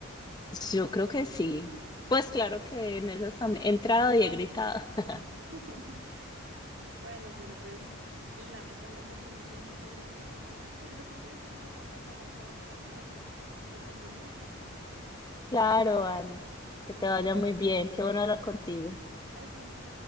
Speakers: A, on the left (about 20°); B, on the right (about 60°).
A: yo creo que sí. Pues claro que en esas también he entrado y he gritado. <laughs>
B: <laughs> Bueno, pero pues lamentablemente me tengo que ir en este momento, pero si quieres seguimos hablando en otra ocasión de nuestros pasatiempos.
A: Claro, Ani,
B: Bueno,
A: que te vaya muy bien, qué bueno hablar contigo.
B: gracias.